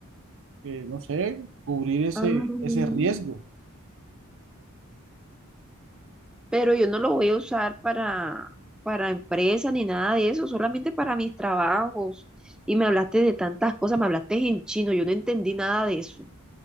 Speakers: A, on the right (about 60°); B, in the centre.
A: eh, no sé, cubrir ese,
B: ah,
A: ese riesgo.
B: pero yo no lo voy a usar para, para empresa ni nada de eso, solamente para mis trabajos. Y me hablaste de tantas cosas, me hablaste en chino, yo no entendí nada de eso.